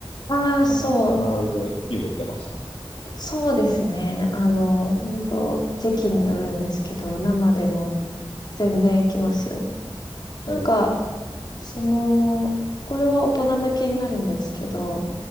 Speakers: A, on the left; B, on the left.
A: ああ、
B: かな、
A: そう、
B: 必ず茹でてましたね。
A: そうですね。あの、本当時期によるんですけど、生でも全然いきますよ。なんか、
B: えー、
A: その、これは大人向けになるんですけど、